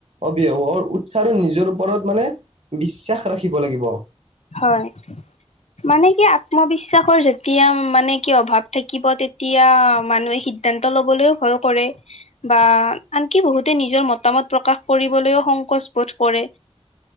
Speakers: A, on the right (about 70°); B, on the left (about 80°).
A: অভিভাৱক উৎসাহো নিজৰ ওপৰত মানে বিশ্বাস ৰাখিব লাগিব
B: হয় মানে কি আত্মবিশ্বাসৰ যেতিয়া মানে কি অভাৱ থাকিব তেতিয়া মানুহে সিদ্ধান্ত ল'বলৈও ভয় কৰে বা আন কি বহুতে নিজৰ মতামত প্ৰকাশ কৰিবলৈও সংকোচ বোধ কৰে